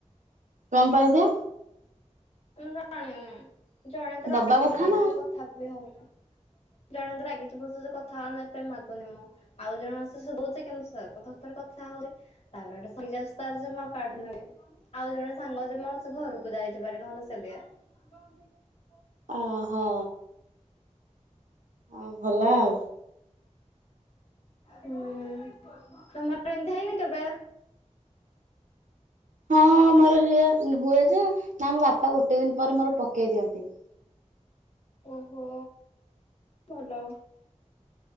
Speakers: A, on the right (about 75°); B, on the left (about 55°).
A: କଣ ପାଇଁ ଯେ।
B: ମୁଁ ଜାଣିନି, ଜଣେ ତ
A: ଦବା
B: ରଗିଛି
A: କଥା
B: ଭଲ
A: ନା
B: ସେ କଥା ବି ହଉନି। ଜଣେ ତ ରାଗିଥଛି, ମୋ ସହିତ କଥା ହଉନି ଏଇଠି ପାଇଁ ମାଗୁନି ମୁଁ ଆଉ ଜଣ ଙ୍କ ସହ ବୁଲୁଛି କିନ୍ତୁ ଧଥରଥର କଥା ହଉଛି। ତା ପରେ ଗୋଟେ ଶୋଇଯାଉଛି ତ ଜମା କାଢୁନି ଆଉ ଜଣେ ସାଙ୍ଗ ଅଛି ମୋର ସେ ଘରକୁ ଯାଇଛି ପାରେ। ସେଦେ ଆ <unintelligible>
A: ଅ ହୋ ଆ ଭଲ ଆଉ।
B: ହୁଁ, ତମର ଏମିତି ହେଇନି କେବେ?
A: ହଁ ମୋର ହଏ ହୁଏ ଯେ ନା ମୋ ବାପା ଗୋଟେ ଦିନ ପରେ ମୋର ପକେଇ ଦିଅନ୍ତି।
B: ଓହୋ ଭଲ।